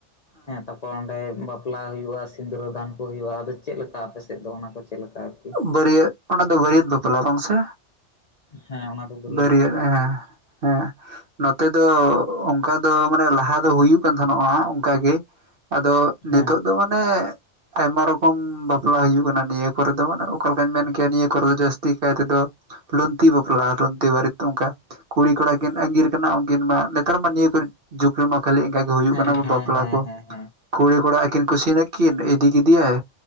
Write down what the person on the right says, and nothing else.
ᱵᱟᱹᱨᱭᱟᱹᱛ ᱚᱱᱟ ᱫᱚ ᱵᱟᱹᱨᱭᱟᱹᱛ ᱵᱟᱯᱞᱟ ᱵᱟᱝ ᱥᱮ?
ᱵᱟᱹᱨᱭᱟᱹᱛ
ᱦᱮᱸ ᱦᱮᱸ ᱱᱚᱛᱮ ᱫᱚ ᱚᱱᱠᱟ ᱫᱚ ᱢᱟᱱᱮ ᱞᱟᱦᱟ ᱫᱚ ᱦᱩᱭᱩᱜ᱾ ᱠᱟᱱ ᱛᱟᱦᱮᱱᱜ-ᱟ ᱚᱝᱠᱟ ᱜᱮ ᱟᱫᱚ
ᱱᱤᱛᱚᱜ᱾ ᱟᱫᱚ ᱢᱟᱱᱮ ᱟᱭᱢᱟ ᱨᱚᱠᱚᱢ ᱵᱟᱯᱞᱟ ᱦᱩᱭᱩᱜ ᱠᱟᱱᱟ ᱱᱤᱭᱟᱹ ᱠᱚᱨᱮ ᱫᱚ᱾ ᱟᱫᱚ ᱢᱟᱱᱮ ᱚᱠᱟ ᱞᱮᱠᱟᱧ ᱢᱮᱱ ᱠᱮᱭᱟ ᱱᱤᱭᱟᱹ ᱠᱚᱨᱮ ᱫᱚ ᱡᱟᱹᱥᱛᱤ ᱠᱟᱭ ᱛᱮᱫᱚ ᱞᱩᱱᱛᱤ ᱵᱟᱯᱞᱟ ᱞᱩᱱᱛᱤ ᱵᱟᱨᱤᱛ ᱚᱱᱠᱟ᱾ ᱠᱩᱲᱤ ᱠᱚᱲᱟ ᱠᱤᱱ ᱟᱸᱜᱤᱨ ᱠᱟᱱᱟ ᱩᱱᱠᱤᱱ ᱢᱟ ᱱᱮᱛᱟᱨ ᱢᱟ ᱱᱤᱭᱟᱹ ᱠᱚᱨᱮᱫ᱾ ᱡᱩᱜᱽ ᱨᱮᱢᱟ ᱠᱷᱟᱹᱞᱤ ᱮᱱᱠᱟ ᱜᱮ ᱦᱩᱭᱩᱜ
ᱠᱟᱱᱟ
ᱵᱟᱯᱞᱟ
ᱠᱚ
ᱠᱩᱲᱤ ᱠᱚᱲᱟ ᱟᱹᱠᱤᱱ ᱠᱩᱥᱤᱭ ᱱᱟᱠᱤᱱ ᱠᱤᱱ ᱤᱫᱤ ᱠᱮᱫᱮᱭᱟᱭ